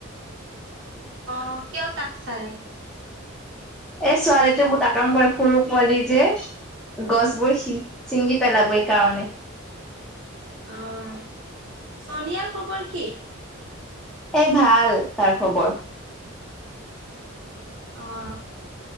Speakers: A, on the right; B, in the centre.
A: অ কিয় তাক চাই আছা।
B: এ ছোৱালীটো বহুত আকাম কৰে সৰু পোৱালি যে। গছবোৰ সি ছিঙি পেলাবই এই কাৰণে।
A: অহ চোনিয়াৰ খবৰ কি?
B: এ ভাল তাৰ খবৰ।
A: অ'হ।